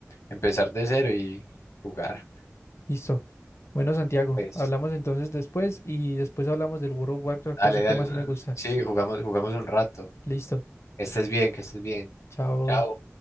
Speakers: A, on the left; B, on the left.
A: empezar de cero y jugar.
B: Listo. Bueno, Santiago,
A: Pues,
B: hablamos entonces después y después hablamos del World of Warcraft, que
A: dale,
B: ese tema
A: dale. no-
B: sí me gusta.
A: Sí, jugamos, jugamos un rato.
B: Listo.
A: Que estés bien, que estés bien.
B: Chao.
A: Chao.